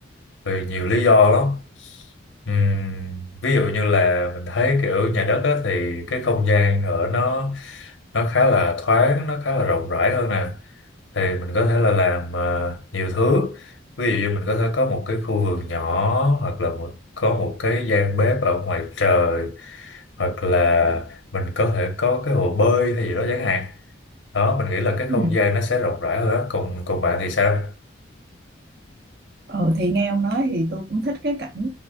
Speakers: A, on the left; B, on the right.
A: vì nhiều lý do lắm Ừm, ví dụ như là mình thấy kiểu nhà đất á, thì cái không gian ở nó nó khá là thoáng nó khá là rộng rãi hơn nè thì mình có thể là làm ờ, nhiều thứ ví dụ như mình có thể có một cái khu vườn nhỏ hoặc là một, có một cái gian bếp ở ngoài trời hoặc là mình có thể có cái hồ bơi hay gì đó chẳng hạn đó mình nghĩ là cái
B: Ừ.
A: không gian nó sẽ rộng rãi hơn á còn còn bạn thì sao
B: Ừ thì nghe ông nói thì tôi cũng thích cái cảnh